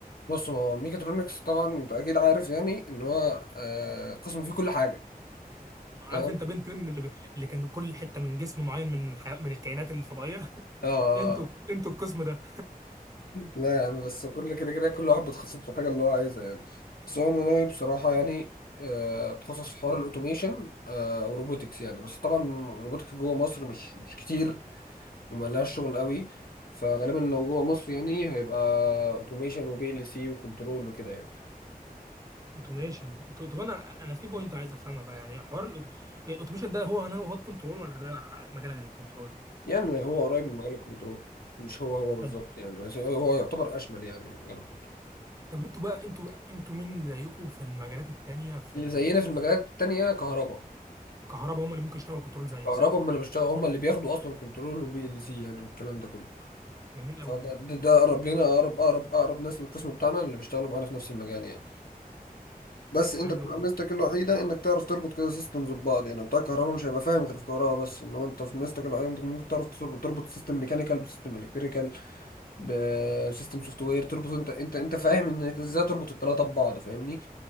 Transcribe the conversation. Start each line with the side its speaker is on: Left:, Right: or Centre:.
Left: بص هو ميكاترونكس طبعا انت اكيد عارف يعني ان هو آه، قسم فيه كل حاجه
Right: عارف
Left: تمام
Right: انت بنت ان اللي, ب... اللي كان كل حته من جسم معين من الحي... من الكائنات الفضائيه
Left: اه
Right: <laughs> انتوا انتوا القسم ده
Left: لا يا عم بس كل كده كده كل واحد بيتخصص في الحاجه اللي هو عايزها يعني بس هو انا ناوي بصراحه يعني آه، اتخصص في حوار الاوتوميشن آه، او روبوتكس يعني بس طبعا الروبوتكس جوه مصر مش مش كتير وملهاش شغل قوي فغالبا لو جوه مصر يعني هيبقى اوتوميشن وبي ال سي وكنترول وكده يعني
Right: اوتوميشن طب طب انا انا في بوينت عايز افهمها بقى يعني حوار الاوتوميشن ده هو هنا هو الكنترول ولا ده ح- مجال غير الكنترول
Left: يعني هو قريب من مجال الكنترول مش هو هو بالظبط
Right: طب
Left: يعني بس هو هو يعتبر اشمل يعني مجال الكنترول
Right: طب انتوا بقى انتوا بقى انتوا مين اللي زيكم في المجالات التانية في,
Left: اللي زينا
Right: في
Left: في المجالات التانية كهرباء
Right: الكهرباء هم اللي ممكن يشتغلوا كنترول زيك
Left: كهرباء
Right: صح؟
Left: هم اللي بيشتغلوا هم اللي بياخدوا اصلا كنترول وبي ال سي يعني والكلام ده كله
Right: جميل
Left: فده
Right: قوي
Left: ده ده
Right: يعني
Left: اقرب لنا اقرب اقرب اقرب ناس للقسم بتاعنا اللي بيشتغلوا معانا في نفس المجال يعني بس انت
Right: حلو
Left: بتبقى ميزتك الوحيده انك تعرف تربط كده سيستمز ببعض يعني بتاع كهرباء مش هيبقى فاهم غير في كهرباء بس انما انت في ميزتك الوحيده انت ممكن تعرف تربط سيستم ميكانيكال بسيستم الكتريكال بسيستم سوفت وير تربط انت انت انت فاهم انك ازاي تربط الثلاثه ببعض فاهمني